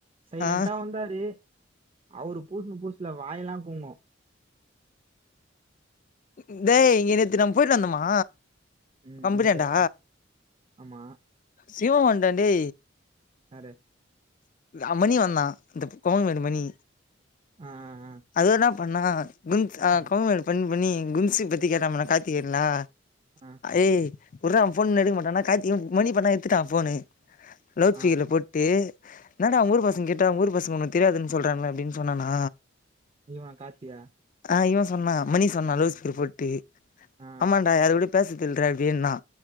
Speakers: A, on the right; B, on the left.
A: சைலன்டா
B: ஆ
A: வந்தாரு அவ்ரு பூட்ன பூசுல வாய் எல்லா குங்கு
B: ம்ஹூ டேய் இங்க நேத்து நம்ம போயிட்டு வந்தோமா
A: ம்
B: கம்பெனியாண்ட
A: எந்த அம் ஆமா
B: சிவோ வந்தான்டே
A: யாரு
B: அமணி வந்தா இந்த கோயம்பேடு மணி
A: ஆ ஆ
B: அது வேண்ணா பண்ணா கும்ஸ் அ
A: ம்,
B: கோயம்பேடு பண் பண்ணி கும்சி பத்தி கேட்டா நம்மனா காத்திகேயன்லா
A: ஆ
B: ஏய் விட்ரா அவ போனு எடுக்க மாட்டானா கார்த்தி இவ மணி பண்ணா எட்த்துட்டா போனு லவுட் ஸ்பீக்கர்ல
A: ஆ
B: போட் து என்னடா உங்க ஊர் பசங்க கேட்டா உங்க ஊர் பசங்க உன்ன தெரியாதுன் சொல்றாங்க அப்டின் சொன்னேனா
A: இவ கார்த்தியா
B: ஆ இவ சொன்னா மணி சொன்னா லவுட் ஸ்பீகர் போட்டு
A: ஆ
B: ஆமான்டா யாரு கூடயோ பேசு தில் ரவினா